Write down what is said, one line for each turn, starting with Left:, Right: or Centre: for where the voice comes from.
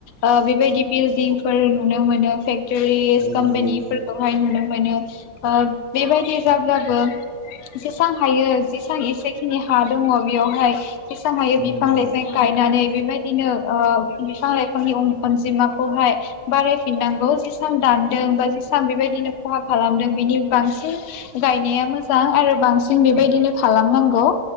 Left: ओ बेबायदि बिलडिंफोर नुनो मोनो फेख टुरिस
Right: औ
Left: कमपानि
Right: नंगौ
Left: फोरखौहाय नुनो मोनो। ओ बेबायदि जाब्लाबो जेसां हायो जेसां एसेखिनि हा दङ बेयावहाय जेसां हायो
Right: औ
Left: बिफां
Right: नंगौ
Left: लाइफां गायनानै बेबायदिनो ओ बिफां लाइफांनि अन-अनजिमाखौहाय बारायफिननांगौ जेसां दानदों बा जेसे बां बेबायदिनो खहा खालामदों। बेनि बांसिन गायनाया मोजां आरो बांसिन बेबायदिनो खालामनांगौ